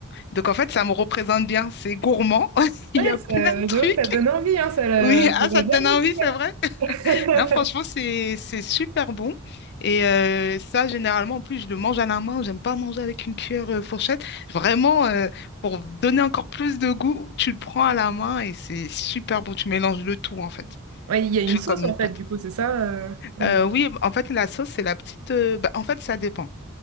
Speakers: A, on the left; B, on the right.
A: Donc en fait, ça me représente bien. C'est gourmand. <laughs> Il
B: Ouais,
A: y a
B: ça,
A: plein de trucs.
B: j'avoue, ça donne envie, hein, ça la-
A: Oui,
B: va
A: ah, ça te
B: bien
A: donne
B: goûter,
A: envie, c'est vrai?
B: hein. <laughs>
A: Non, franchement, c'est c'est super bon. Et euh, ça, généralement, en plus, je le mange à la main. J'aime pas manger avec une cuillère euh, fourchette. Vraiment, euh, pour donner encore plus de goût, tu le prends à la main et c'est super bon. Tu mélanges le tout, en fait.
B: Ouais, il y a une
A: Tu fais
B: sauce
A: comme
B: en
A: une pâte.
B: fait, du coup, c'est ça? euh, ou-
A: Euh, oui, en fait, la sauce, c'est la petite... euh, bah, en fait, ça dépend.